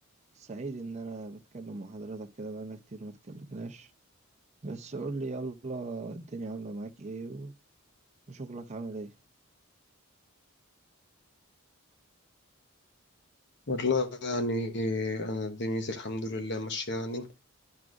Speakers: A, on the right (about 30°); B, on the left (about 50°).
A: سعيد إن أنا بتكلم مع حضرتك كده بقالنا كتير ما اتكلمناش بس قول لي يلا الدنيا عاملة معاك إيه و- وشغلك عامل إيه؟
B: والله يعني أنا دنيتي الحمد لله ماشية يعني